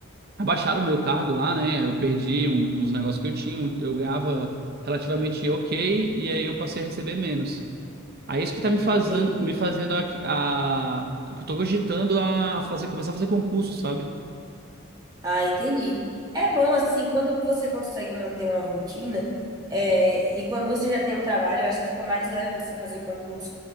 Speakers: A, on the right; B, on the right.
A: abaixar o meu cargo lá, né? Eu perdi uns negócios que eu tinha, eu ganhava relativamente ok, e aí eu passei a receber menos. Aí é isso que tá me fazendo,
B: Entendi.
A: me fazendo a, a- que eu tô cogitando a fazer, começar a fazer concurso, sabe?
B: Ah, entendi. É bom assim, quando você consegue manter uma rotina, é, e quando você já tem um trabalho, eu acho que fica mais leve você fazer concurso.